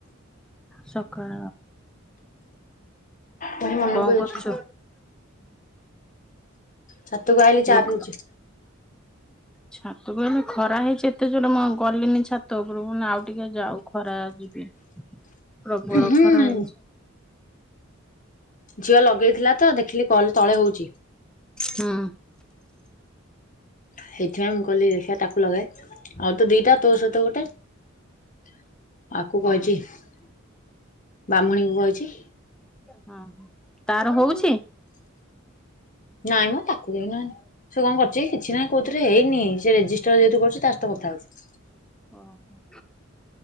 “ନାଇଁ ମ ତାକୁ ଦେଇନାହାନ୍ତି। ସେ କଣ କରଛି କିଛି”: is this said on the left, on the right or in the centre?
Left